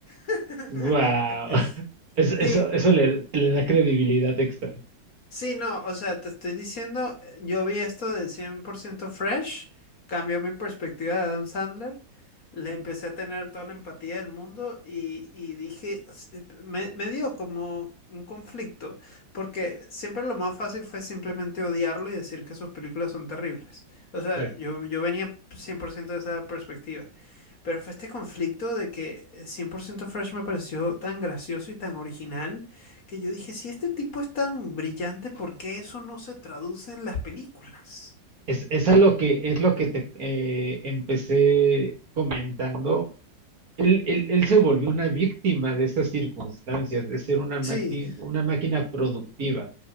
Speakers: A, on the left (about 50°); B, on the right (about 50°).
A: <laughs>
B: wow. eso,
A: Sí,
B: eso le, le da credibilidad extra.
A: Sí, no, o sea, te estoy diciendo, eh, yo vi esto de cien por ciento Fresh, cambió mi perspectiva de Adam Sandler, le empecé a tener toda la empatía del mundo y, y dije, s- eh, p- me, me dio como un conflicto, porque siempre lo más fácil fue simplemente odiarlo y decir que sus películas son terribles. O sea,
B: Sí.
A: yo, yo venía 100% de esa perspectiva. Pero fue este conflicto de que cien por ciento Fresh me pareció tan gracioso y tan original que yo dije, si este tipo es tan brillante, ¿por qué eso no se traduce en las películas?
B: Es, es a lo que es lo que te eh, empecé comentando. Él, él- él se volvió una víctima de esas circunstancias, de ser una,
A: Sí,
B: máqui- una máquina productiva.